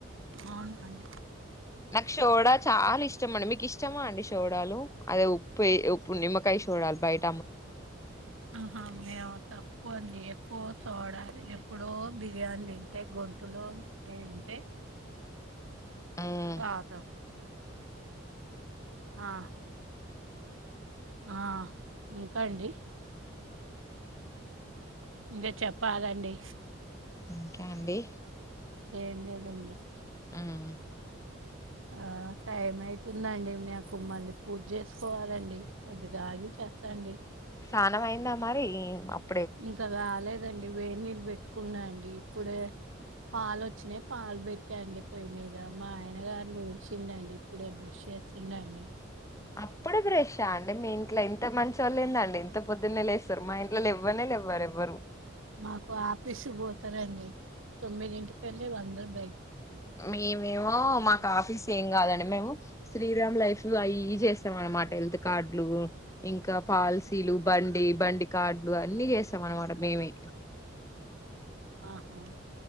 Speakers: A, on the right (about 85°); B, on the left (about 15°).
A: అవునా అండి.
B: నాకు శోడా చాలా ఇష్టం అండి. మీకు ఇష్టమా అండి శోడాలు. అదే ఉప్పే ఉప్పు నిమ్మకాయ శోడాల్ బయట్
A: ఆహా మేము తక్కువండి. కో శోడాలు. ఎప్పుడో బిర్యాని తింటే గొంతులో <inaudible> ఉంటే
B: ఉమ్,
A: తాత ఆ ఆ ఇంకా అండి. ఇంకా చెప్పాలండి.
B: ఇంకా అండి.
A: ఏం లేద్ దండి.
B: ఉమ్
A: ఆ టైం అయితుందండి. నాకు మళ్ళీ పూజ చేసుకోవాలండి కొద్దిగా ఆగి చేస్తా అండి.
B: స్నానం అయిందా మరీ అప్
A: ఇంకాగాలేద్. దండి వేడి నీళ్ళు పెట్టుకున్నా అండి ఇప్పుడే. పాలు వచ్చినయ్ పాలు పెట్టాండి పొయ్యి మీదా. మా ఆయన గారు లేచిండండి ఇప్పుడే బ్రష్ చేస్తుండండి.
B: అప్పుడే బ్రెష్షా అండి మీ ఇంట్లో ఇంత మంచి చోల్లేందండి ఇంత పొద్దున్నే లేచ్ స్తర్ మా ఇంట్లో లెవ్వనే లెవ్వరు ఎవ్వరు.
A: మాకు ఆఫీసు పోతరండీ. తొమ్మిదింటి కెళ్ళి అందరూ బయ
B: మేమేమో మాకు ఆఫీస్ ఏం కాదండి మేము. శ్రీరామ్ లైఫు అయి ఇయి చేస్తాం అనమాట హెల్త్ కార్డులు, ఇంకా పాలసీలు, బండి బండి కార్డులు అన్నీ చేస్తాం అనమాట మేమే.
A: ఆహా